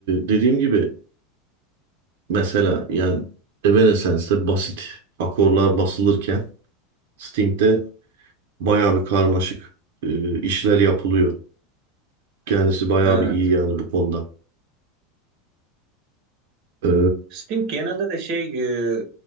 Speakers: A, on the right; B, on the right.
A: dediğim gibi mesela yani Evanescence'de basit akorlar basılırken Sting'de bayağı bir karmaşık e, işler yapılıyor. Kendisi bayağı
B: Evet.
A: bir iyi yani bu konuda. E,
B: Sting genelde de şey e,